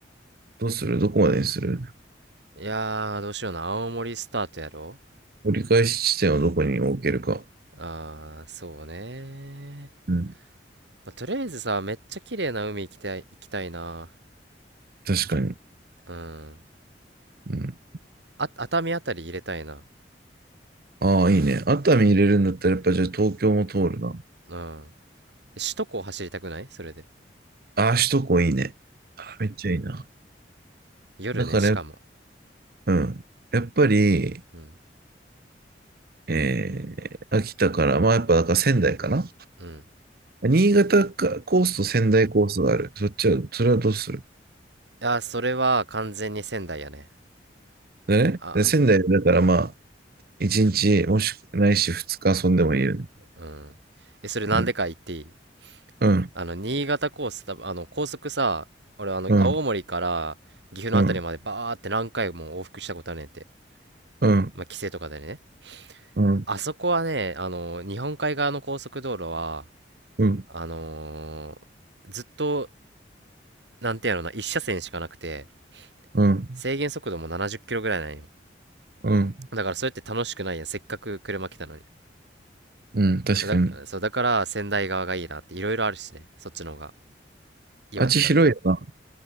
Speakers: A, on the right (about 55°); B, on the right (about 75°).
A: どうするどこまでにする
B: いやー、どうしような、青森スタートやろ
A: 折り返し地点をどこに置けるか。
B: あー、そうねー
A: うん。
B: まあ、とりあえずさ、めっちゃ綺麗な海行きたい、行きたいな。
A: 確かに。
B: うん。
A: うん
B: あ、熱海あたり入れたいな。
A: ああ、いいね。熱海入れるんだったら、やっぱじゃあ東京も通るな。
B: うん。首都高走りたくないそれで。
A: ああ、首都高いいね。ああ、めっちゃいいな。
B: 夜ね、
A: だから、
B: しかも。
A: うん。やっぱり、
B: うん。
A: えー、秋田から、まあやっぱだから仙台かな。
B: うん。い
A: 新潟かコースと仙台コースがある。そっちは、それはどうする
B: やー、それは完全に仙台やね。
A: でね。
B: あ、
A: で仙台だからまあ、1日、もしくないし2日遊んでもいいよね。
B: うん。え、それなんでか言っていい
A: うん、うん、
B: あの、新潟コース、多分あの、高速さ、俺、あの、
A: うん、
B: 青森から岐阜のあたりまでバーって何回も往復したことあるねんて。
A: うん、うん、
B: まあ、帰省とかでね。
A: うん、
B: あそこはね、あの、日本海側の高速道路は、
A: うん、
B: あのーずっと、なんていうのな、一車線しかなくて、
A: うん、
B: 制限速度も70キロぐらいなんよ。
A: うん、
B: だから、それって楽しくないやん。せっかく車来たのに。
A: うん確かに。
B: だ、そう、だから、仙台側がいいなって、いろいろあるしね。そっちの方が。岩手だったり。
A: あっち広いよ